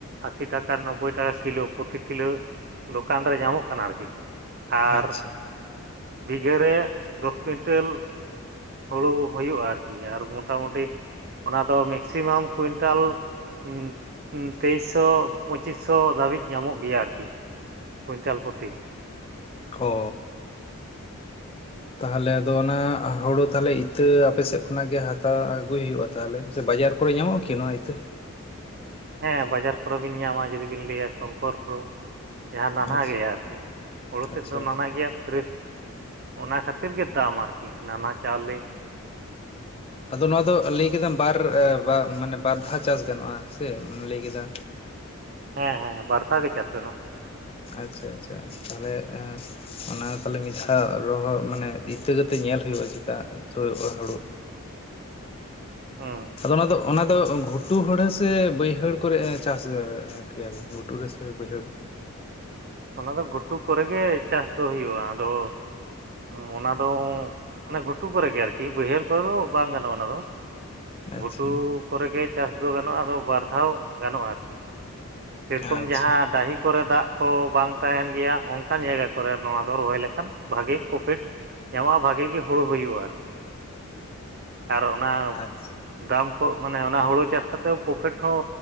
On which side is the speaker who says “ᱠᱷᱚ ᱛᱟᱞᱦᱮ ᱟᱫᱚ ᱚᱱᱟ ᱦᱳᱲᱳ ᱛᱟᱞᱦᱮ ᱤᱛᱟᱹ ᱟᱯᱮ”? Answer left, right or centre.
Left